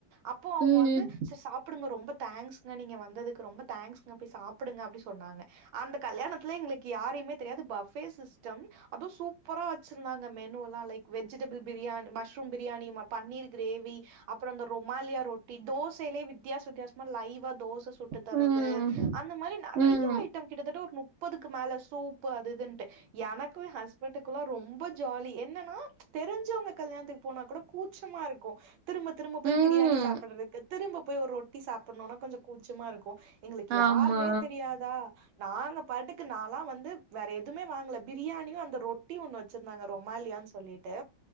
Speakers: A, on the right (about 85°); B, on the right (about 70°).
A: அப்போ அவங்க
B: ம்
A: வந்து சார் சாப்டுங்க ரொம்ப தேங்க்ஸ் ங்க நீங்க வந்ததுக்கு ரொம்ப தேங்க்ஸ்ங்க போய் சாப்பிடுங்க அப்டி சொன்னாங்க அந்த கல்யாணத்துல எங்களுக்கு யாரையுமே தெரியாது பஃப் பே சிஸ்டம் அதுவு சூப்பரா வச்சிருந்தாங்க மெனுலா லைக் வெ ஜிடபிள் பிரியா மஷ்ரூம் பிரியாணி பன்னீர் கிரேவி அப்றோ இந்த ரொமாலியா ரொட்டி தோசையிலே வித்தியாச வித்தியாசமா லைவா தோ ச சுட்டு தரது
B: ம்
A: அந்த மாரி நெறைய
B: ம் ம்
A: ஐட்டம் கிட்டத்தட்ட ஒரு முப்பதுக்கு மேல சூப்பு அது இது டு எனக்கும் ஹஸ்பண்டக்குல்லாம் ரொம்ப ஜாலி என்னன்னா தெரிஞ்சுவங்க கல்யாணத்துக்கு போனா கூட கூச்சமா இருக்கு திரும்ப திரும்ப போய்
B: ம்
A: பிரியாணி சாப்பிடுறதுக்கு திரும்ப போய் ஒரு ரொட்டி சாப்பிடணும்னா கொஞ்ச குச்சமா இருக்கு எங்களுக்கு
B: ஆமா
A: யாருனே தெரியாதா நாங்க பாட்டுக்கு நாலா வந்து வேற எதுவுமே வாங்கல பிரியாணியு அந்த ரொட் டி ஒண்ணு வச்சிருந்தாங்க ரொமாலியான்னு சொல்லிட்டு